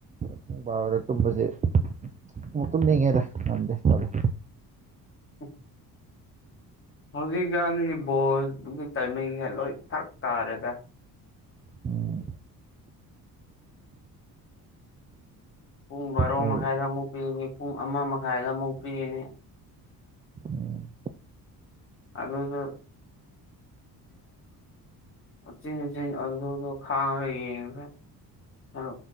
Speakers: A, on the right; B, on the left.
A: ꯄꯨꯡ ꯕꯔꯣꯗ ꯇꯨꯝꯕꯁꯤ ꯑꯃꯣꯛ ꯇꯨꯝꯅꯤꯡꯉꯦꯗ ꯉꯝꯗꯦ <unintelligible>
B: <inaudible> ꯍꯧꯖꯤꯛꯀꯥꯟꯒꯤ ꯕꯣꯜꯗꯨꯒꯤ ꯇꯥꯏꯃꯤꯡꯁꯦ ꯂꯣꯏ ꯐꯔꯛ ꯇꯥꯔꯦꯗ
A: ꯎꯝ
B: ꯄꯨꯡ ꯕꯥꯔꯣ
A: ꯍꯣꯏ
B: ꯃꯈꯥꯏꯗ ꯑꯃꯨꯛ ꯄꯤꯅꯤ ꯄꯨꯡ ꯑꯃ ꯃꯈꯥꯏꯗ ꯑꯃꯨꯛ ꯄꯤꯔꯤꯅꯤ
A: ꯎꯝ
B: ꯑꯗꯨꯗꯣ ꯎꯆꯤꯟ ꯅꯆꯤꯟ ꯑꯗꯨꯗꯣ ꯈꯥꯡꯉꯒ ꯌꯦꯡꯉꯒ ꯑꯗꯣ